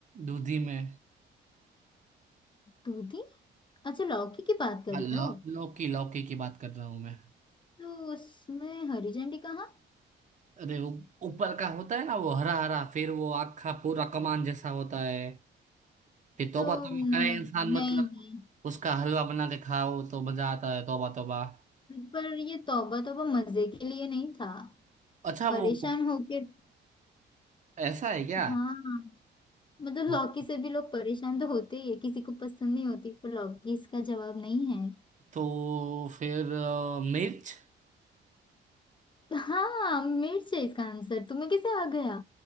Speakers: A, on the right; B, on the left.
A: दूधी में
B: दूधी अच्छा लौकी की बात कर
A: हाँ,
B: रहे
A: लौ,
B: हो
A: लौकी लौकी की बात कर रहा हूँ मैं
B: तो उसमें हरी झंडी कहाँ
A: अरे उ- ऊपर का होता है ना वो हरा हरा फिर वो आखा पूरा कमान जैसा होता है फिर तौबा
B: तो
A: तौबा
B: नहीं
A: करे इंसान
B: नहीं
A: मतलब उसका हलवा बना के खाओ तो मजा आता है तौबा तौबा
B: नहीं पर ये तौबा तौबा मजे के लिए नहीं था
A: अच्छा
B: परेशान
A: वो
B: होके
A: ऐसा है क्या
B: हाँ मतलब
A: तो,
B: लौकी से भी लोग परेशान तो होते ही है किसी को पसंद नहीं होती पर लौकी इसका जवाब नहीं है
A: तो फिर अ, मिर्च
B: तो हाँ मिर्च है इसका आंसर तुम्हें कैसे आ गया